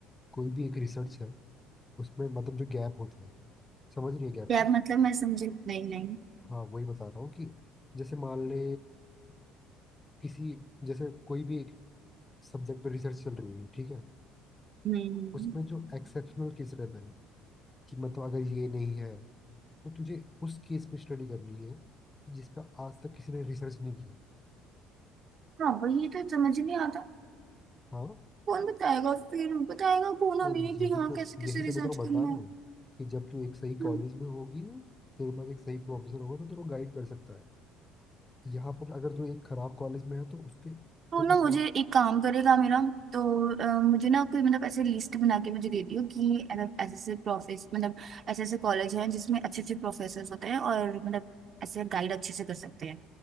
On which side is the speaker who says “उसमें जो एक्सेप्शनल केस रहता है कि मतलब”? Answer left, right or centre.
Left